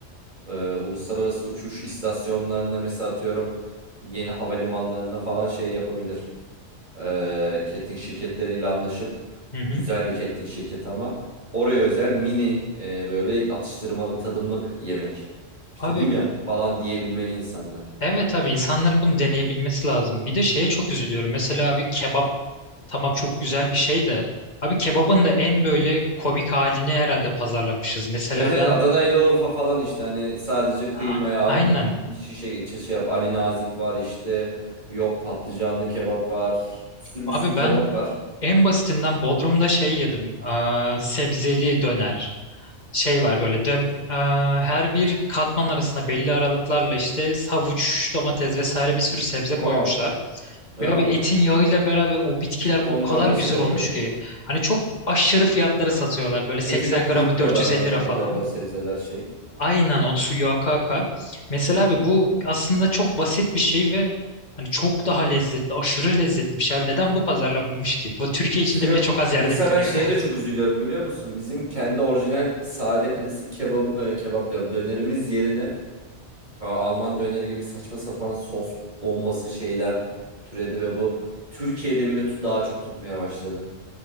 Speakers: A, on the right; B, on the left.
A: e, uluslararası uçuş istasyonlarında mesela atıyorum yeni havalimanlarına falan şey yapabilir. E, catering şirketleriyle anlaşıp
B: Hı hı.
A: güzel bir catering şirketi ama oraya özel mini e, böyle atıştırmalık tadımlık yemek. İşte
B: Abi
A: bu ne falan diyebilmeli insanlar.
B: Evet abi insanların bunu deneyebilmesi lazım. Bir de şeye çok üzülüyorum. Mesela abi kebap tamam çok güzel bir şey de abi kebabın da en böyle komik halini herhalde pazarlamışız. Mesela
A: Evet evet
B: ben
A: Adana ile Urfa falan işte hani sadece kıymayı
B: ah,
A: al
B: aynen
A: bir şişe geçir şey yap. Ali Nazik var işte yok patlıcanlı kebap var bir sürü
B: abi
A: bir sürü kebap
B: ben
A: var.
B: en basitinden Bodrum'da şey yedim. Aa, sebzeli döner. şey var böyle de, e, her bir katman arasında belli aralıklarla işte havuç, domates vesaire bir sürü sebze koymuşlar.
A: Aa,
B: Ve
A: aa.
B: abi etin yağıyla beraber o bitkiler
A: Onlar
B: o kadar
A: da
B: güzel
A: şey oluyor.
B: olmuş ki. Hani çok aşırı fiyatlara satıyorlar. Böyle 80
A: Eti de kurutmuyorlar
B: gramı 450
A: anladığım
B: lira falan.
A: kadarıyla o sebzeler şey.
B: Aynen o suyu aka aka. Mesela abi bu aslında çok basit bir şey ve hani çok daha lezzetli, aşırı lezzetli bir şey abi. Neden bu pazarlanmamış ki? Bu Türkiye
A: İşte
B: içinde
A: yok.
B: bile çok az
A: Mesela
B: yerde biliniyor.
A: ben şeye de çok üzülüyorum biliyor musun? Bizim kendi orijinal sade klasik kebap, e, kebap diyorum dönerimiz yerine a, Alman döneri gibi saçma sapan sos bombası şeyler türedi ve bu Türkiye'de bile tut, daha çok tutmaya başladı.